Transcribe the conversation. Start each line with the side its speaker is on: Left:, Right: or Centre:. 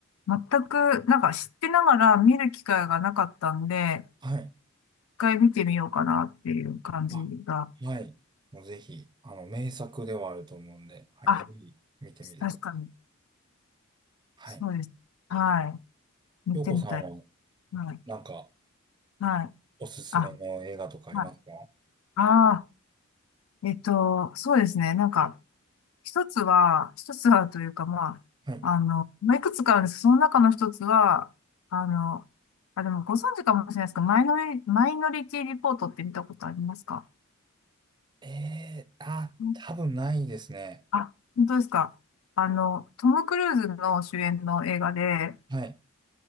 Left: 全く、なんか知ってながら見る機会がなかったんで、
Right: はい。
Left: 一回見てみようかなっていう感じが。
Right: あはい。もうぜひ、あの、名作ではあると思うんで、はい、
Left: あ
Right: ぜひ見てみてくだ
Left: 確かに。
Right: さい。
Left: そうです。
Right: はい。
Left: はい。見てみたい。
Right: 洋子さんは、
Left: はい。
Right: なんか、
Left: はい。
Right: おすすめの映画とかありますか
Left: あ、はい。ああ、えっと、そうですね。なんか、一つは、一つはというか、まあ、
Right: はい。
Left: あの、まあ、いくつかあるんですけど、その中の一つは、あの、あ、でもご存知かもしれないですけど、マイノリ、マイノリティリポートって見たことありますか
Right: えー、あ、
Left: うん
Right: 多分ないですね。
Left: あ、本当ですか。あの、トム・クルーズの主演の映画で、
Right: はい。